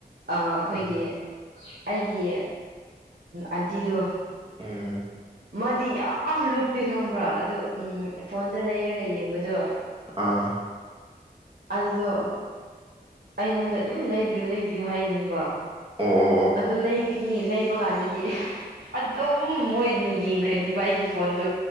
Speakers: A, on the right; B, on the right.
A: ꯑꯩꯈꯣꯏꯒꯤ
B: ꯑꯥ
A: ꯑꯩꯒꯤ ꯑꯟꯇꯤꯗꯣ
B: ꯎꯝ
A: ꯃꯥꯗꯤ ꯌꯥꯝ ꯂꯨꯞꯇꯦ ꯈꯪꯕ꯭ꯔꯣ ꯑꯗꯨ ꯎꯝ ꯐꯣꯟꯗ ꯂꯩꯔꯒ ꯌꯦꯡꯕꯗꯣ
B: ꯑꯥ
A: ꯑꯗꯨꯗꯣ ꯑꯩꯉꯣꯟꯗ ꯑꯗꯨꯝ ꯂꯩꯕꯤꯌꯨ ꯂꯩꯕꯤꯌꯨ ꯍꯥꯏꯒꯅꯤꯕ
B: ꯑ ꯑ
A: ꯑꯗꯨ ꯂꯩꯒꯅꯤ ꯂꯩꯕ ꯀꯥꯟꯗꯗꯤ ꯑꯗꯨꯝ ꯃꯣꯏꯅ ꯌꯦꯡꯈ꯭ꯔꯅꯤꯕ ꯑꯩꯒꯤ ꯐꯣꯟꯗꯨ